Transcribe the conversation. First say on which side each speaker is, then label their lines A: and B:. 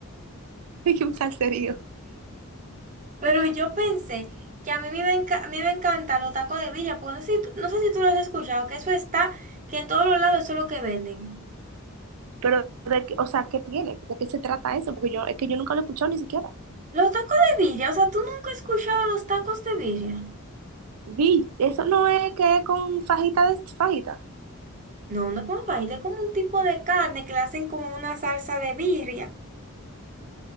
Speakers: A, on the right; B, on the right.
A: Es un salserío.
B: Pero yo pensé que a mí me iba a, enca- me iba a encantar los tacos de villa, porque no sé, si tú- no sé si tú lo has escuchado, que eso está, que en todos los lados eso es lo que venden.
A: Pero, de, qué- o sea, ¿qué tiene? ¿De qué se trata eso? Porque yo, es que yo nunca lo he escuchado ni siquiera.
B: Los tacos de birria, o sea, tú nunca has escuchado los tacos de birria.
A: Vi, eso no es que es con fajita de fajita.
B: No, no es como fajita, es como un tipo de carne que le hacen como una salsa de birria.